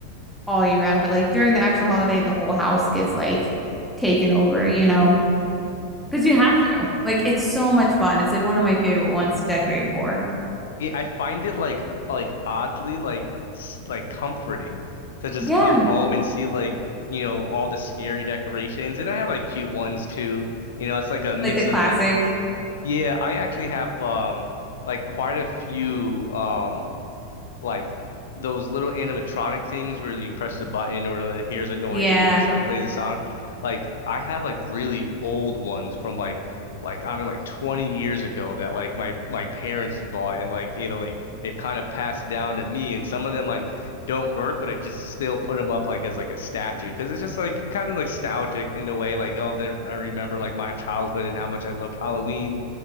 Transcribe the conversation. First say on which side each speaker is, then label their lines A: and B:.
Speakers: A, in the centre; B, on the left (about 60°).
A: all year round. But, like, during the actual holiday, the whole house gets like taken over, you know? Because you have to. Like, it's so much fun. It's like one of my favorite ones to decorate for.
B: Yeah, I find it like like oddly like s- like comforting to just
A: Yeah.
B: come home and see like, you know, all the scary decorations and I have like cute ones too. You know, it's like a mix
A: Like the classic.
B: of like Yeah, I actually have um like quite a few um like those little animatronic things where you press the button or like, hears a noise
A: Yeah.
B: and it just like plays a sound. Like I have like really old ones from like like I don't know like 20 years ago that like my my parents bought and like you know like they've kind of passed down to me and some of them like don't work but I just still put them up like as like a statue because it's just like kind of nostalgic in a way like oh there I remember like my childhood and how much I loved Halloween